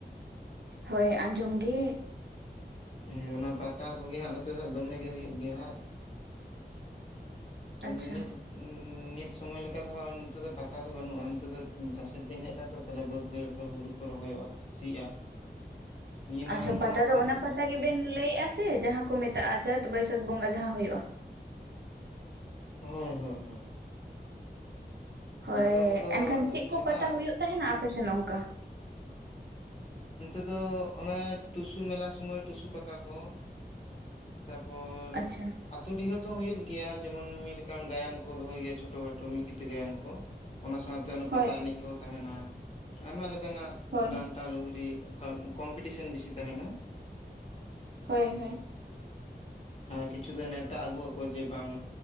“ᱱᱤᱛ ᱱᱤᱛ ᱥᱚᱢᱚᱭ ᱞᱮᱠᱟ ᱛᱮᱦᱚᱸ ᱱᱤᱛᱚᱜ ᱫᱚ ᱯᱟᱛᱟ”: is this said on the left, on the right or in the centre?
Left